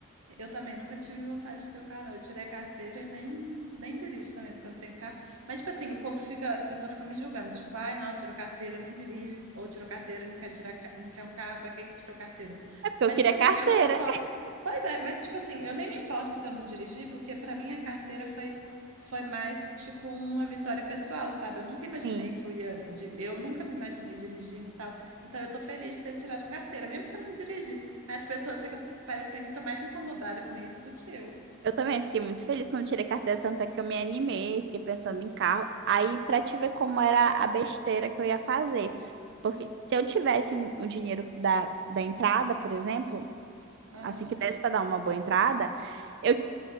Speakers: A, on the right (about 80°); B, on the right (about 55°).
A: Eu também nunca tive vontade de ter o carro, não. Eu tirei a carteira e nem, nem dirijo também, porque eu não tenho carro. Mas, tipo assim, o povo fica, as pessoas ficam me julgando, tipo, ai, nossa, tirou carteira, nem dirige, ou tirou carteira e não quer tirar, ca- não quer um carro, pra que que tirou carteira?
B: É porque eu
A: Mas,
B: queria
A: tipo assim,
B: carteira.
A: eu não me importo. Pois é, mas, tipo assim, eu nem me importo se eu não dirigir, porque pra mim a carteira foi, foi mais, tipo, uma vitória pessoal, sabe? Eu nunca imaginei
B: Sim.
A: que eu ia, di- eu nunca me imaginei dirigindo e tal. Então, eu tô feliz de ter tirado carteira, mesmo se eu não dirigir. As pessoas ficam parecendo que tá mais incomodada com isso do que eu.
B: Eu também fiquei muito feliz quando tirei carteira, tanto é que eu me animei, fiquei pensando em carro. Aí, pra te ver como era a besteira que eu ia fazer. Porque se eu tivesse o o dinheiro da, da entrada, por exemplo,
A: Aham.
B: assim que desse pra dar uma boa entrada, eu